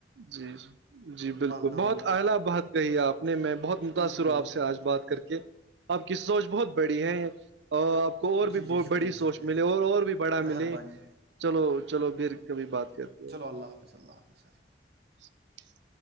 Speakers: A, on the right; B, on the right.
A: جی جی جی بالکل
B: کروں
A: بہت
B: گا
A: الا بات کہی آپ نے میں بہت متاثر
B: جی جی
A: ہوں
B: بالکل
A: آپ سے آج
B: بالکل
A: بات کر کے آپ کی سوچ بہت بڑی ہے اور آپ کو اور
B: جی
A: بھی
B: جی شکریہ
A: بڑی سوچ
B: شکریہ
A: ملے اور اور بھی بڑا
B: مہربانی
A: ملے چلو چلو بھر کبھی بات کرتے ہیں
B: چلو اللہ حافظ اللہ حافظ
A: <inaudible>